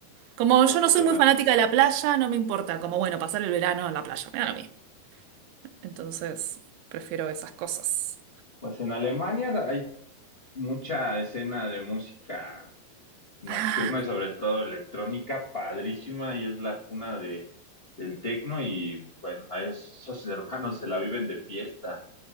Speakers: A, on the right (about 85°); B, on the left (about 80°).
A: Como
B: está
A: yo
B: bonito
A: no soy muy
B: también.
A: fanática de la playa, no me importa, como bueno, pasar el verano en la playa, me da lo mismo. Entonces, prefiero esas cosas.
B: Pues en Alemania hay mucha escena de música nocturna
A: Ah,
B: y sobre todo electrónica, padrísima, y es la cuna de, del techno y bueno, a esos <laughs> hermanos se la viven de fiesta.